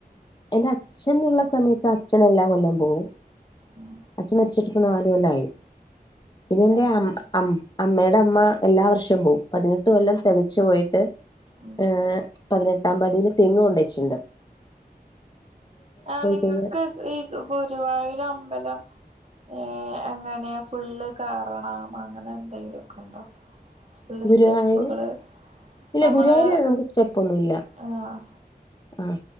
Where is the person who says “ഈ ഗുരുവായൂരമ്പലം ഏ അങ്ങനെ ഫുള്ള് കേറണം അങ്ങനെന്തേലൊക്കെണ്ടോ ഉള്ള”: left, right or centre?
Right